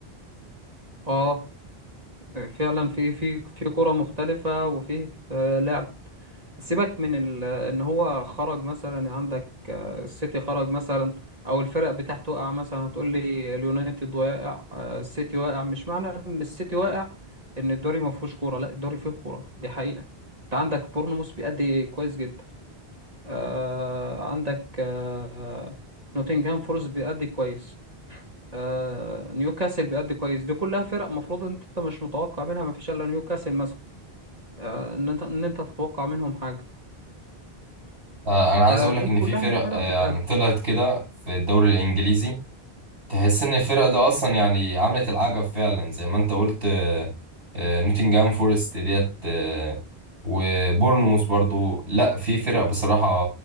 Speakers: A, on the right; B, on the right.
A: اه فعلا في في في كرة مختلفة وفيه آه، لعب سيبك من ال... ان هو خرج مثلا عندك آه، السيتي خرج مثلا او الفرق بتاعته وقع مثلا هتقول لي اليونايتد واقع آه، السيتي واقع مش معنى ان السيتي واقع ان الدوري ما فيهوش كوره لا الدوري فيه كوره دي حقيقة انت عندك بورنموث بيأدي كويس جدا آه، عندك آه، نوتنغهام فورست بيأدي كويس آه، نيوكاسل بيأدي كويس دي كلها فرق مفروض انت انت مش متوقع منها مفيش الا نيوكاسل مثلا آه، ان انت ان انت تتوقع منهم حاجة
B: آه، انا
A: فدي
B: عايز اقول لك ان
A: كلها
B: في فرق
A: فرق
B: آه،
A: بتأدي
B: يعني طلعت كده في الدوري الانجليزي تحس ان الفرقه ده اصلا يعني عملت العجب فعلا زي ما انت قلت آه، آه، نوتنجهام فورست ديت آه، وبورنموث برضو لا في فرق بصراحه